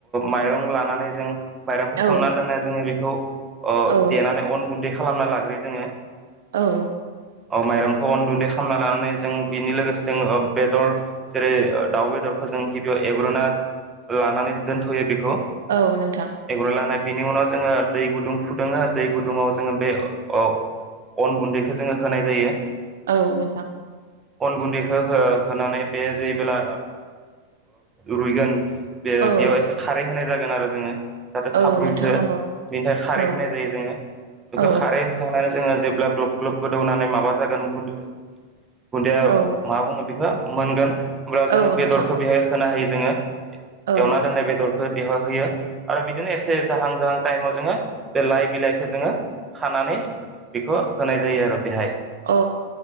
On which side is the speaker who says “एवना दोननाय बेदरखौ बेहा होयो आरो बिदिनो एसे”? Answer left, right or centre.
Right